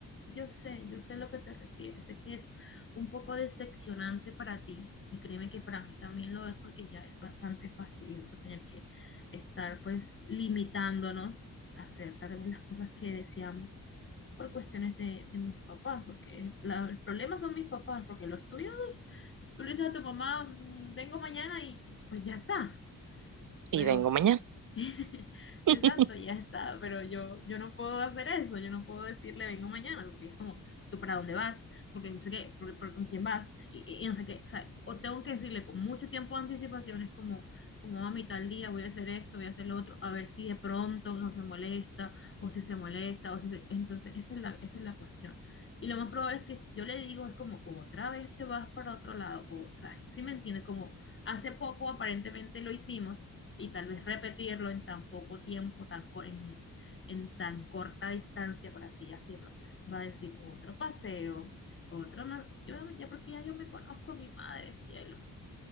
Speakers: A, on the left; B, on the right.
A: Yo sé, yo sé a lo que te refieres. Sé que es un poco decepcionante para ti y créeme que para mí también lo es porque ya es bastante fastidioso tener que estar pues limitándonos a hacer tal vez las cosas que deseamos por cuestiones de, de mis papás, porque la- el problema son mis papás, porque los tuyos, tú le dices a tu mamá, "Mm, vengo mañana y pues ya está.
B: Y
A: Pero
B: vengo mañana.
A: <laughs>
B: <laughs>
A: Exacto, ya está, pero yo, yo no puedo hacer eso, yo no puedo decirle vengo mañana, porque es como, ¿tú para dónde vas? Porque no sé qué, por, por- con quién vas, y, y- y no sé qué, o sea, o tengo que decirle con mucho tiempo de anticipación, es como, como a mitad del día voy a hacer esto, voy a hacer lo otro, a ver si de pronto no se molesta, o si se molesta, o si se- entonces esa es la, esa es la cuestión. Y lo más probable es que si yo le digo es como, otra vez te vas para otro lado, o, o sea, si me entiendes? Como hace poco aparentemente lo hicimos y tal vez repetirlo en tan poco tiempo, tan co- en, en tan corta distancia, por así decirlo, va a decir otro paseo, otro no, yo ya porque ya yo me conozco a mi madre, cielo.